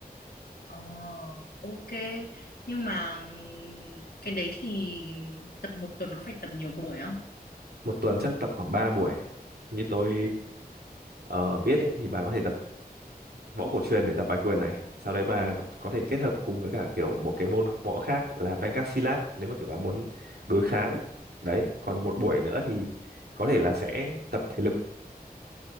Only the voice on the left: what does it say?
ờ, ok nhưng mà ừm, cái đấy thì tập một tuần có phải tập nhiều buổi không